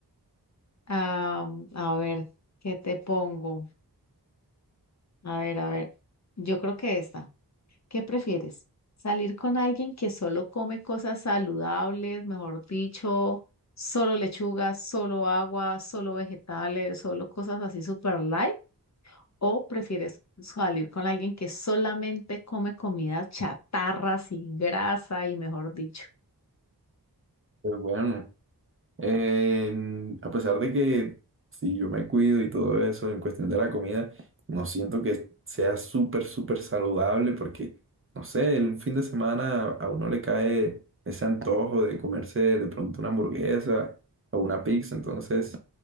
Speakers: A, on the left; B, on the right.
A: Ah, a ver, ¿qué te pongo? A ver, a ver. Yo creo que esta. ¿Qué prefieres? ¿Salir con alguien que solo come cosas saludables, mejor dicho, solo lechuga, solo agua, solo vegetales, solo cosas así super light? ¿O prefieres salir con alguien que solamente come comidas chatarras y grasa y mejor dicho?
B: Pues bueno. Em, a pesar de que si yo me cuido y todo eso en cuestión de la comida, no siento que sea súper, súper saludable porque, no sé, el fin de semana a uno le cae ese antojo de comerse de pronto una hamburguesa o una pizza. Entonces,